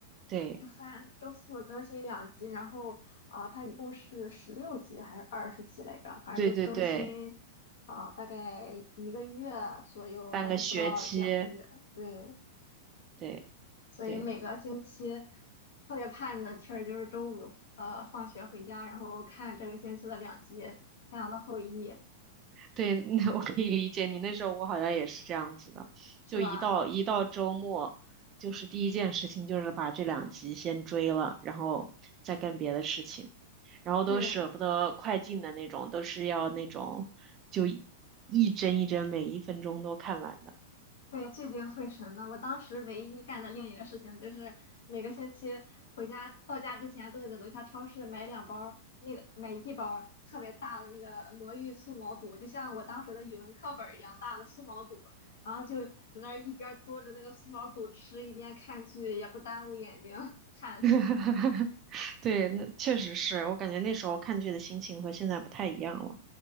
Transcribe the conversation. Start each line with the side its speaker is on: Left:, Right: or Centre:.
Right: 对
Left: 周三、周四更新两集，然后啊、呃它一共是十六集还是二十集来着？反正就更新
Right: 对对对，
Left: 啊、呃大概一个月左右，
Right: 半个学期，
Left: 还是不到两个月，对。
Right: 对
Left: 所以每个星期
Right: 对
Left: 特别盼的事儿就是周五呃放学回家，然后看这个星期的两集《太阳的后裔》，
Right: 对，那我可以理解你。那时候我好像也是这样子的，
Left: 是吧？
Right: 就一到一到周末，就是第一件事情就是把这两集先追了，然后再干别的事情，然后都舍不得快进的那种，
Left: 对
Right: 都是要那种就一帧一帧每一分钟都看完的。
Left: 对，聚精会神的。我当时唯一干的另一个事情就是每个星期回家到家之前都得在楼下超市买两包儿那个买一包儿特别大的那个魔芋素毛肚，就像我当时的语文课本儿一样大的素毛肚，然后就在那儿一边儿嘬着那个素毛肚吃，一边看剧，也不耽误眼睛 <laughs> 看。
Right: <laughs> 对，那确实是我感觉那时候看剧的心情和现在不太一样了。